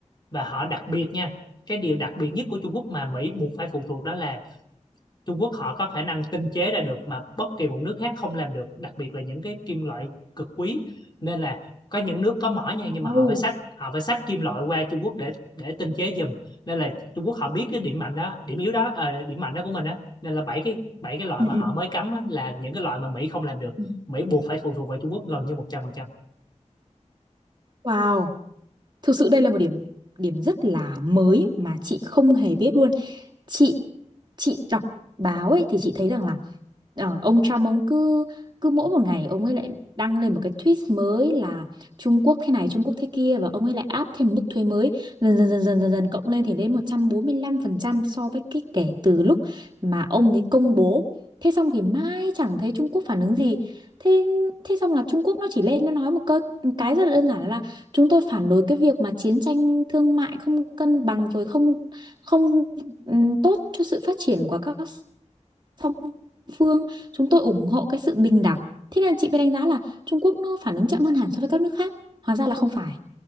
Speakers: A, on the left (about 35°); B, on the right (about 35°).
A: và họ đặc biệt nha cái điều đặc biệt nhất của Trung Quốc mà Mỹ buộc phải phụ thuộc đó là Trung Quốc họ có khả năng tinh chế ra được mà bất kỳ một nước khác không làm được đặc biệt là những cái kim loại cực quý nên là có những nước có mỏ nha nhưng
B: Wow.
A: mà họ phải xách họ phải xách kim loại qua Trung Quốc để để tinh chế giùm nên là Trung Quốc họ biết cái điểm mạnh đó điểm yếu đó à, điểm mạnh đó của mình á nên là bảy cái bảy cái loại
B: Ừ,
A: mà họ mới cấm á, là những cái loại mà Mỹ không làm được
B: ừ.
A: Mỹ buộc phải phụ thuộc vào Trung Quốc gần như 100%.
B: Wow. Thực sự đây là một điểm điểm rất là mới mà chị không hề biết luôn. Chị chị đọc báo ấy thì chị thấy rằng là ờ, ông Trump ông cứ cứ mỗi một ngày ông ấy lại đăng lên một cái tweet mới là Trung Quốc thế này, Trung Quốc thế kia và ông ấy lại áp thêm mức thuế mới dần dần dần dần dần, dần cộng lên thì đến 145% so với cái kể từ lúc mà ông ấy công bố. Thế xong thì mãi chẳng thấy Trung Quốc phản ứng gì. Thế thế xong là Trung Quốc nó chỉ lên nó nói một câu một cái rất là đơn giản là chúng tôi phản đối cái việc mà chiến tranh thương mại không cân bằng rồi không không ừm, tốt cho sự phát triển của các song phương chúng tôi ủng hộ cái sự bình đẳng thế nên chị mới đánh giá là Trung Quốc nó phản ứng chậm hơn hẳn so với các nước khác hóa ra là không phải